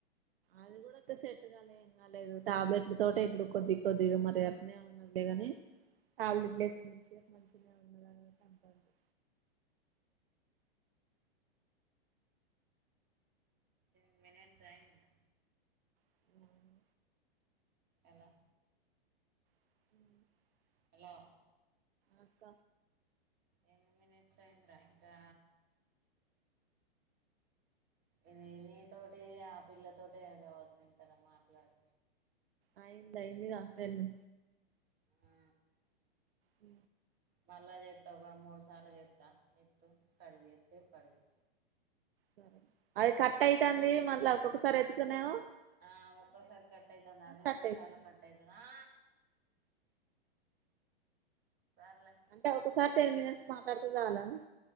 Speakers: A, on the right (about 65°); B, on the right (about 30°).
A: అది కూడా సెట్గా లే లేదు టాబ్లెట్ల తోటే ఇప్పుడు కొద్దిగా కొద్దిగా మరి ఎక్కడ ఉండ లే ని టాబ్లెట్లు వేసుకు మంచిగా ఉన్నదని పంపండి
B: టెన్మింట్యూస్ అయ్యిందా
A: అంటాంది
B: ఎలా
A: <inaudible>
B: హలో
A: అక్క
B: ఎన్ని మినిట్స్ అయ్యిందిరా ఇంకా ఇది నీతోటి ఆ పిల్లతోటి ఏదో కావాల్సినంత మాట్లాడు
A: అయింద అయింది కా అటేళ్లు
B: ఆ,
A: హ
B: మళ్ళ చేతవు కదా మూడు సార్ల చేస్తా ఎత్తు కట్ చేస్తే కట్ చెయి
A: సరే అది కట్ అవుతుంది మళ్ళ ఒక్కొక్కసారి ఎత్తుతునేమో
B: ఆ ఒక్కోసారి కట్టయితంద అదే
A: కట్
B: మూడుసార్లు
A: అయితుంది
B: కట్ అయితది ఆ సర్లే
A: అంటే ఒకసారి టెన్ మినట్స్ మాట్లాడుతే చాలా